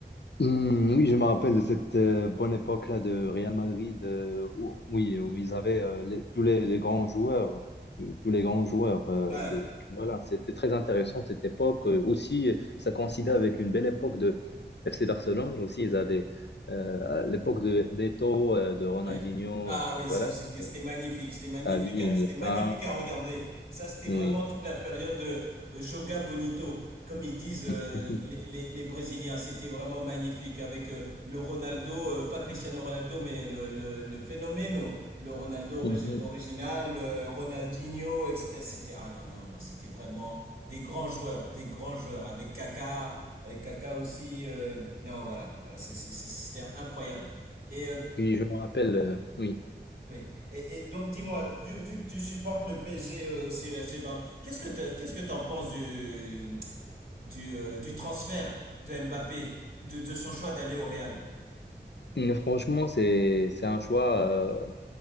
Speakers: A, on the left; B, on the right.
A: Hmm, oui, je me rappelle de cette euh, bonne époque-là de Real Madrid, euh, où, oui, où ils avaient euh, les- tous les, les grands joueurs, euh, tous les grands joueurs euh,
B: Ouais.
A: de. Voilà, c'était très intéressant cette époque. Euh, aussi, ça coïncidait avec une belle époque de FC Barcelone. Aussi, ils avaient euh, à l'époque de d'Eto, euh, de Ronaldinho.
B: Ouais. Ah
A: euh,
B: oui,
A: voilà,
B: ça c'était
A: c'était
B: c'était magnifique, c'était magnifique,
A: Xavi,
B: à-
A: Iniesta,
B: c'était magnifique à regarder. Ça c'était
A: oui.
B: vraiment toute la période euh, Joga Bonito, comme ils disent euh,
A: <laughs>
B: les, les- les Brésiliens. C'était vraiment magnifique avec euh, le Ronaldo, euh, pas Cristiano Ronaldo, mais le, le, le phénomène, le Ronaldo origi-
A: Mhm.
B: original, euh, Ronaldinho, etc. C'était ah non non non, c'était vraiment des grands joueurs, des grands joueurs avec Kaka, avec Kaka aussi. euh, non voilà voilà, c'est- c'est- c'est- c'était incroyable. Et euh,
A: Oui, je me rappelle, euh, oui.
B: oui. Et, et donc, dis-moi, vu, vu que tu supportes le PSG aussi, le FC Barcelone, qu'est-ce que t'as- qu'est-ce que t'en penses du, du, euh, du transfert de Mbappé, de, de son choix d'aller au Real?
A: Mais franchement, c'est c'est un choix euh,